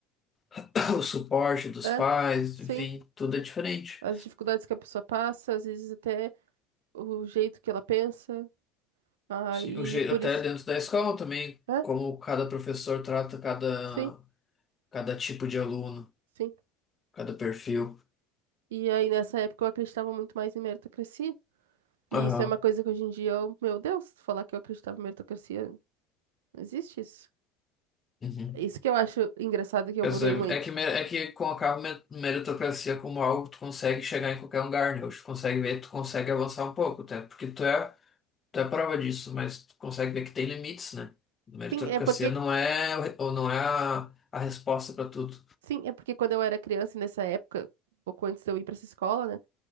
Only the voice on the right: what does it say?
é,
sim,
as dificuldades que a pessoa passa, às vezes até o jeito que ela pensa. Aí
por
isso.
É?
Sim,
sim.
E aí nessa época eu acreditava muito mais em meritocracia.
E isso é uma coisa que hoje em dia, eu, meu Deus, falar que eu acreditava em meritocracia, não existe isso.
É Isso que eu acho engraçado que eu
mudei
muito.
Sim, é porque,
sim, é porque quando eu era criança e nessa época, um pouco antes de eu ir para essa escola, né,